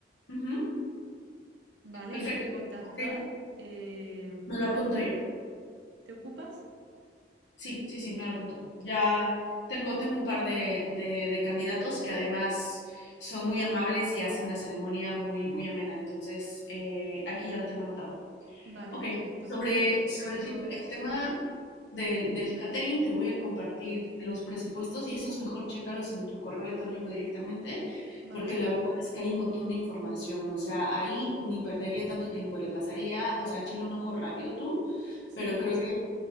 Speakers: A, on the left; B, on the right.
A: Ujú,
B: Vale,
A: Perfecto.
B: hay que contactar
A: Ok,
B: eh, con
A: me lo apunto
B: alguien.
A: yo.
B: ¿Te ocupas?
A: Sí, sí, sí, me lo apunto. Ya tengo, tengo un par de, de- de candidatos que además son muy amables y hacen la ceremonia muy, muy amena. Entonces, eh, aquí ya lo tengo anotado.
B: Vale,
A: Ok,
B: perfecto.
A: sobre,
B: Y con respecto,
A: sobre el, tip- el
B: sí,
A: tema,
B: dime.
A: del, del catering, te voy a compartir los presupuestos y esos mejor chécalos en tu correo electrónico directamente,
B: Vale,
A: porque la verdad es que hay un montón de información, o sea, ahí ni perdería tanto tiempo, le pasaría, o sea, échale un ojo rápido tú,
B: sí.
A: pero creo que